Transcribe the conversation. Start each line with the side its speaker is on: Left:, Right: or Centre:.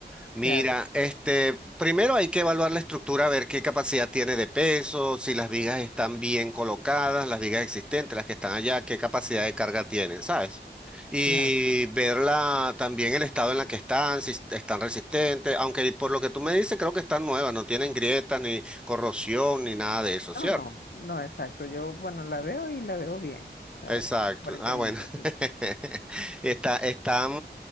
Centre: Mira,
Left: Claro,
Centre: este, primero hay que evaluar la estructura, ver qué capacidad tiene de peso, si las vigas están bien colocadas, las vigas existentes, las que están allá, qué capacidad de carga tienen, ¿sabes? Y
Left: claro.
Centre: ver la- también el estado en la que están, si est- están resistentes, aunque por lo que tú me dices, creo que están nuevas, no tienen grietas, ni corrosión, ni nada de eso, ¿cierto?
Left: No, no, no, exacto. Yo, bueno, la veo y la veo bien. O sea,
Centre: Exacto.
Left: aparentemente,
Centre: Ah, bueno.
Left: sí.
Centre: <laughs> Está, están